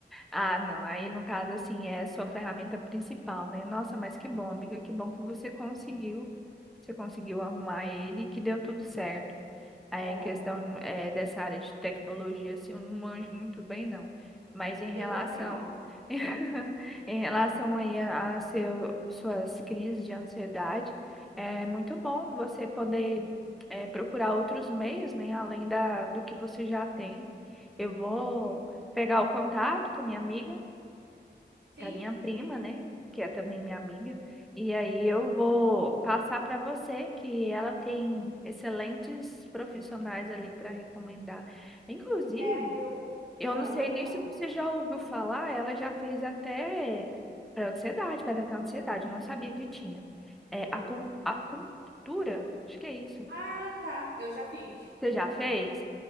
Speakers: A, in the centre; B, on the right (about 70°).
A: Ah, não. Aí, no caso, assim, é a sua ferramenta principal, né? Nossa, mas que bom, amiga, que bom que você conseguiu. Você conseguiu arrumar ele e que deu tudo certo. É,
B: É,
A: em questão é, dessa área de tecnologia, assim, eu não manjo muito bem, não. Mas em relação,
B: eu também não.
A: <laughs> em relação aí a, a seu, suas crises de ansiedade, é muito bom você poder é, procurar outros meios, né, além da, do que você já tem. Eu vou
B: Uhum.
A: pegar o contato com a minha amiga
B: Sim,
A: da minha prima,
B: sim.
A: né? Que é também minha amiga. E aí eu vou passar para você que ela tem excelentes profissionais ali para recomendar. Inclusive,
B: É, eu.
A: eu
B: Ah,
A: não sei
B: pode
A: nem
B: falar.
A: se você já ouviu falar, ela já fez até para ansiedade, para tratar ansiedade, eu não sabia que tinha. É
B: O
A: acum-
B: quê?
A: acupuntura, acho que é isso.
B: Ah, tá. Eu já fiz.
A: Você já fez?